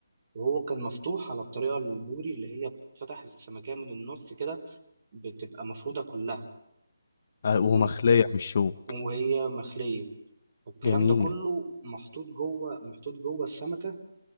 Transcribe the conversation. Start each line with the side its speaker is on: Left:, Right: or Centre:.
Right: وهو كان مفتوح على الطريقة البوري اللي هي بتتفتح السمكية من النص كده بتبقى مفرودة كلها
Left: أه،
Right: فكأنك
Left: ومخلية مش شوك
Right: وهي مخلية والكلام
Left: جميل
Right: ده كله محطوط جوه محطوط جوه السمكة